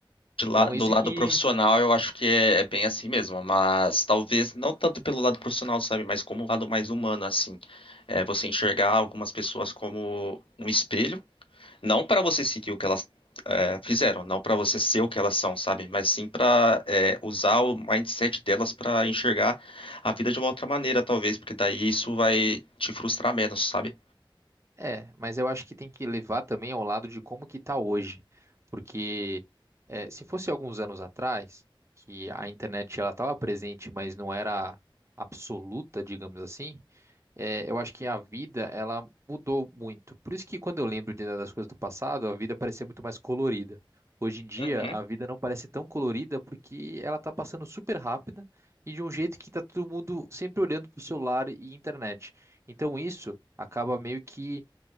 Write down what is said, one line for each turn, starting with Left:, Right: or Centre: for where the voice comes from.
Left: de
Right: Então,
Left: la- do
Right: isso
Left: lado
Right: que
Left: profissional eu acho que é, é bem assim mesmo, mas talvez não tanto pelo lado profissional, sabe? Mas como o lado mais humano, assim. É, você enxergar algumas pessoas como um espelho Não para você seguir o que elas é, fizeram, não para você ser o que elas são, sabe? Mas sim para usar o mindset delas para enxergar a vida de uma outra maneira, talvez, porque daí isso vai te frustrar menos, sabe?
Right: é, mas eu acho que tem que levar também ao lado de como que tá hoje. Porque é, se fosse alguns anos atrás, que a internet ela estava presente, mas não era absoluta, digamos assim é, eu acho que a vida, ela mudou muito. Por isso que quando eu lembro de- das coisas do passado, a vida parecia muito mais colorida. Hoje em dia,
Left: Uhum,
Right: a vida não parece tão colorida porque ela tá passando super rápida e de um jeito que tá todo mundo sempre olhando pro celular e internet. Então isso acaba meio que